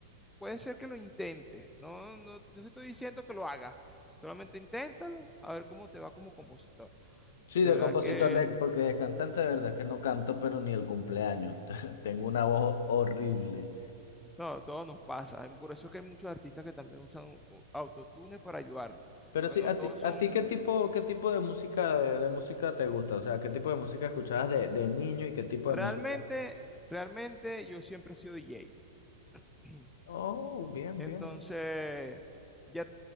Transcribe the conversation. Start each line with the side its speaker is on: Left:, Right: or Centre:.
Centre: Puede ser que lo intente, no, no, no te estoy diciendo que lo hagas, solamente inténtalo, a ver cómo te va como compositor.
Left: Sí,
Centre: De
Left: de
Centre: verdad
Left: compositor,
Centre: que,
Left: de, porque de cantante de verdad que no canto, pero ni el cumpleaños. <laughs> Tengo una voz horrible.
Centre: no, todo nos pasa. Por eso es que hay muchos artistas que también usan uh, autotune para ayudarlo,
Left: Pero
Centre: porque
Left: sí,
Centre: no
Left: ¿a
Centre: todos
Left: ti, a
Centre: son...
Left: ti qué tipo, qué tipo de música, de, de música te gusta? O sea, ¿qué tipo de música escuchabas de, de niño y qué tipo
Centre: Realmente,
Left: de música?
Centre: realmente yo siempre he sido DJ,
Left: Oh,
Centre: <clears throat>
Left: bien,
Centre: entonces
Left: bien.
Centre: ya